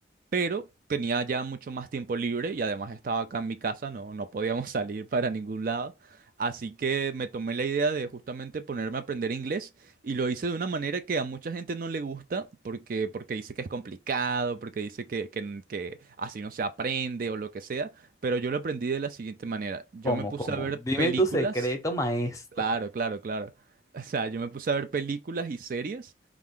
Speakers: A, on the right; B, on the left.
A: pero tenía ya mucho más tiempo libre y además estaba acá en mi casa, no, no podíamos <laughs> salir para ningún lado. Así que me tomé la idea de justamente ponerme a aprender inglés y lo hice de una manera que a mucha gente no le gusta porque, porque dice que es complicado, porque dice que, que, que así no se aprende o lo que sea, pero yo lo aprendí de la siguiente manera. Yo
B: ¿Cómo,
A: me puse
B: cómo?
A: a ver
B: Dime
A: películas
B: tu secreto, maestro.
A: Claro, claro, claro. O sea, yo me puse a ver películas y series